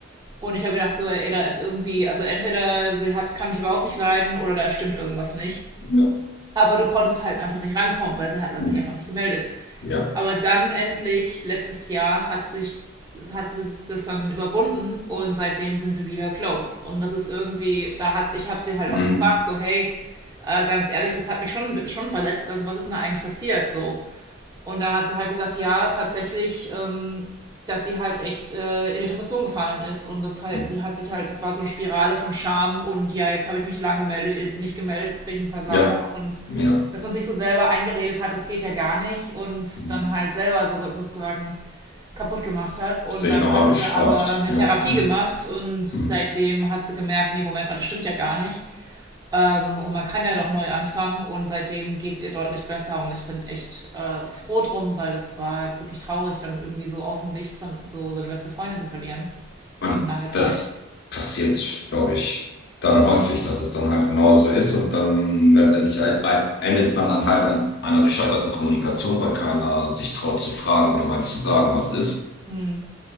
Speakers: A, on the right (about 20°); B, on the left (about 55°).
A: Und ich habe gedacht, so, ey, da ist irgendwie, also entweder sie hat, kann mich überhaupt nicht leiden oder da stimmt irgendwas nicht.
B: ja,
A: Aber du konntest halt einfach nicht rankommen, weil sie hat, hat
B: mm,
A: sich einfach nicht gemeldet.
B: ja,
A: Aber dann endlich, letztes Jahr, hat sich, hat sie das dann überwunden und seitdem sind wir wieder close. Und das ist irgendwie, da hat, ich habe sie halt
B: mm,
A: auch gefragt, so, hey, äh, ganz ehrlich, das hat mich schon, schon verletzt. Also was ist denn da eigentlich passiert? So. Und da hat sie halt gesagt, ja, tatsächlich, ähm, dass sie halt echt äh, in die Depression gefallen ist. Und das halt,
B: mm,
A: die hat sich halt, das war so eine Spirale von Scham und ja, jetzt habe ich mich lange gemeldet, nicht gemeldet, jetzt bin ich ein Versager
B: ja,
A: und
B: ja.
A: dass man sich so selber eingeredet hat, das geht ja gar nicht und
B: mm.
A: dann halt selber so, sozusagen kaputt gemacht hat. Und
B: Das sehe
A: dann
B: ich nochmal
A: hat sie
B: bestraft.
A: aber eine
B: Ja.
A: Therapie
B: mm,
A: gemacht und seitdem
B: mm.
A: hat sie gemerkt, nee, Moment mal, das stimmt ja gar nicht. Ähm, und man kann ja doch neu anfangen und seitdem geht es ihr deutlich besser und ich bin echt äh, froh drum, weil das war wirklich traurig, dann irgendwie so aus dem Nichts dann so seine beste Freundin zu verlieren für
B: Und
A: eine lange Zeit.
B: das passiert, glaube ich, dann häufig, dass es dann halt genauso ist und dann letztendlich halt- halt endet es dann an halt an einer gescheiterten Kommunikation, weil keiner sich traut zu fragen oder mal zu sagen, was ist.
A: Hm.